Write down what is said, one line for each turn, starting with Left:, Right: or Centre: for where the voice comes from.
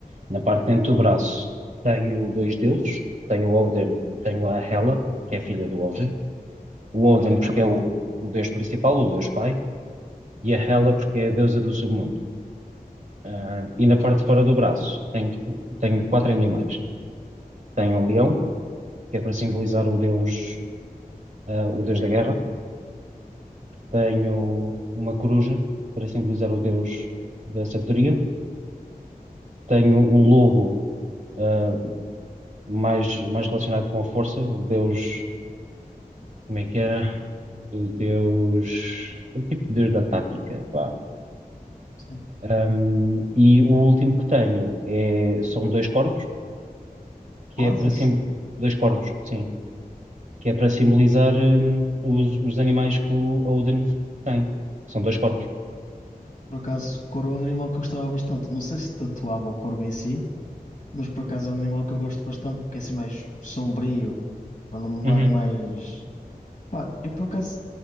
Right: na parte de dentro do braço tenho dois deuses, tenho o Odin e tenho a Hela, que é filha do Odin. o Odin porque é o, o deus principal, o deus pai, e a Hela porque é a deusa do submundo. Ah, e na parte de fora do braço tenho, tenho quatro animais. Tenho um leão, que é para simbolizar o deus, ah, o deus da guerra. Tenho uma coruja, para simbolizar o deus da sabedoria. Tenho um lobo, ah, mais, mais relacionado com a força, o deus, como é que era? O deus, o tipo de deus da tática, pá.
Left: Sim.
Right: Um, e o último que tenho é, são dois corvos, que
Left: Corvos?
Right: é para sim, dois corvos, sim, que é para simbolizar um, os, os animais que o Odin tem, que são dois corvos.
Left: Por acaso, corvo é um animal que eu gostava bastante. Não sei se tatuava o corvo em si, Mas por acaso é um animal que eu gosto bastante, porque é assim mais sombrio, quando me
Right: Uhum,
Left: vai mais. Pá, eu por acaso